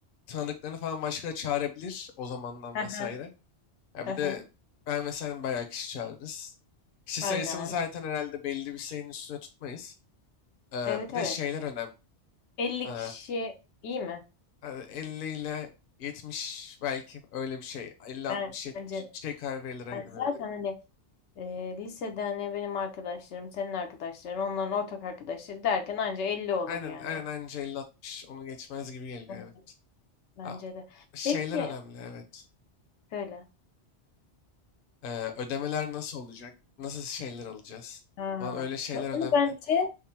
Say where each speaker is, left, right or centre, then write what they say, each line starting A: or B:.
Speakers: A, on the left (about 55°); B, on the left (about 80°).
A: tanıdıklarını falan başka da çağırabilir o zamandan
B: Hı
A: vesaire.
B: hı,
A: Ya
B: hı
A: bir
B: hı.
A: de ben ve sen bayağı kişi çağırırız. Kişi
B: Aynen.
A: sayısını zaten herhalde belli bir sayının üstüne tutmayız. Ee,
B: Evet,
A: bir de
B: evet.
A: şeyler önemli.
B: 50
A: Ee,
B: kişi iyi mi?
A: hani 50 ile 70 belki öyle bir şey. 50, 60,
B: Bence
A: 70
B: de.
A: bir şey karar verilir aynen
B: Ben zaten
A: öyle.
B: hani Ee, lisede hani benim arkadaşlarım, senin arkadaşların, onların ortak arkadaşları derken anca 50 olur
A: Aynen
B: yani.
A: aynen anca 50, 60 onu geçmez gibi geliyor
B: Evet,
A: evet.
B: Bence
A: Ha, o-
B: de.
A: şeyler
B: Peki
A: önemli evet.
B: söyle.
A: Ee, ödemeler nasıl olacak? Nasıl şeyler alacağız?
B: Ha.
A: Falan öyle şeyler önemli.
B: Onu bence